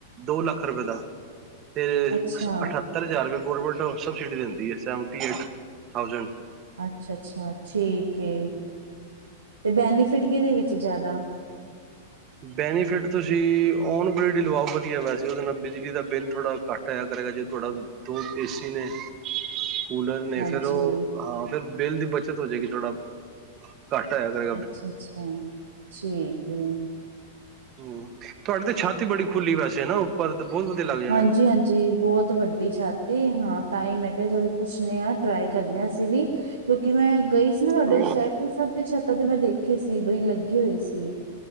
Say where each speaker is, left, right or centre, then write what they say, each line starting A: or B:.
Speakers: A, on the right (about 35°); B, on the right (about 75°).
A: ਦੋ ਲੱਖ ਰੁਪਏ ਦਾ ਤੇ ਅਠੱ
B: ਅੱਛਾ,
A: ਅਠੱਤਰ ਹਜ਼ਾਰ ਰਪਏ ਗੋਰਮੈਂਟ ਸਬਸਿਡੀ ਦਿੰਦੀ ਏ ਸੈਵੰਟੀ ਏਟ ਥਾਊਜੈ਼ਂਡ
B: ਅੱਛਾ-ਅੱਛਾ ਠੀਕ ਏ, ਤੇ ਬੈਨੀਫਿਟ ਕਿਦੇ ਵਿੱਚ ਏ ਜ਼ਾਦਾ।
A: ਬੈਨੀਫਿਟ ਤੁਸੀਂ ਓਨਬ੍ਰਿਡ ਈ ਲਵਾਓ ਵਦੀਆ ਵੈਸੇ ਓਦੇ ਨਾਲ ਬਿਜਲੀ ਦਾ ਬਿੱਲ ਥੋੜ੍ਹਾ ਘੱਟ ਘੱਟ ਆਇਆ ਕਰੇਗਾ ਜੇ ਤੁਹਾਡਾ ਦੋ ਏਸੀ ਨੇ। ਕੂਲਰ ਨੇ
B: ਹਾਂਜੀ,
A: ਫੇਰ ਓ ਹਾਂ ਫੇਰ ਬਿੱਲ ਦੀ ਬੱਚਤ ਹੋ ਜੇਗੀ ਥੋੜਾ, ਘੱਟ ਆਇਆ ਕਰੇ
B: ਅੱਛਾ-ਅੱਛਾ ਠੀਕ ਏ।
A: ਹੂੰ ਤੁਹਾਡੀ ਤੇ ਛੱਤ ਬੜੀ ਖੁੱਲੀ ਵੈਸੇ ਨਾ ਓ। ਤੁਆਡੇ ਤਾਂ ਬੋਤ ਵਦੀਆ ਲੱਗ ਜਾਣੇ
B: ਹਾਂਜੀ-ਹਾਂਜੀ ਬੋਤ ਵੱ ਦੀ ਛੱਤ ਤੇ ਹਾਂ ਤਾਂਈ ਮੈਂ ਕਿਹਾ ਚਲੋ ਪੁੱਛਨੇ ਆ ਟਰਾਈ ਕਰਨੇ ਅਸੀਂ ਵੀ ਕਿਉਂਕਿ ਮੈਂ ਗਈ ਨਾ ਤੁਹਾਡੇ
A: ਨੇ
B: ਉਸ ਸਾਈਡ ਤੇ ਸਭ ਛੱਤਾਂ ਤੇ ਮੈਂ ਦੇਖੇ ਸੀ ਬਈ ਲੱਗੇ ਹੋਏ ਸੀ।